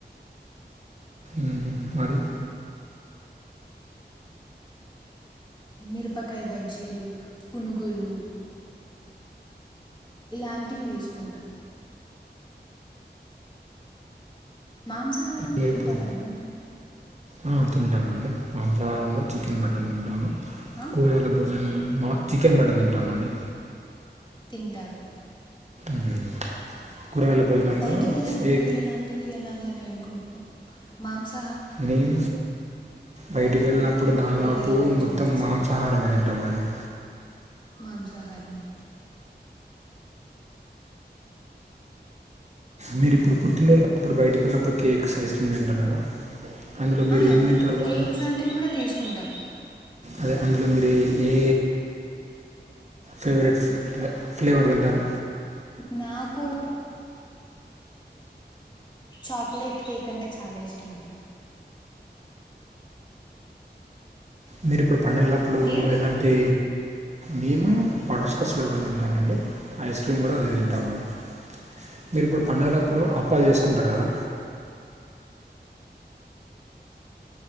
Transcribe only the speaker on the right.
మ్మ్. మరియు
మీరు
ఇప్పుడు
ఆ తింటామండి మాంసాహారంలో చికెన్ మటన్ తింటాము
కూరగాయల భోజన మా చికెన్ మటన్ తింటామండి
మ్మ్. కూరగాయల భోజనంలో
ఏ
నేను బయటికి
వెళ్ళినప్పుడు దాదాపు
మొత్తం మాంసాహారమే తింటామండి
మీరు ఇప్పుడు పుట్టినరోజు అప్పుడు బయటికి వెళ్ళినప్పుడు కేక్స్ ఐస్ క్రీమ్ తింటారు కదా అందులో మీరు
ఏం తింటారు
బాగా
అదే అందులో మీరు అది ఏ ఫేవరెట్ ఫ్లేవర్ తింటారు
మీరు ఇప్పుడు పండుగళ్లప్పుడు
ఎలాంటి మేము బటర్స్కాచ్ ఫ్లేవర్ తింటామండి ఐస్ క్రీమ్ కూడా అదే తింటాము మేము మీరు ఇప్పుడు పండగలప్పుడు అప్పాలు చేసుకుంటారు కదా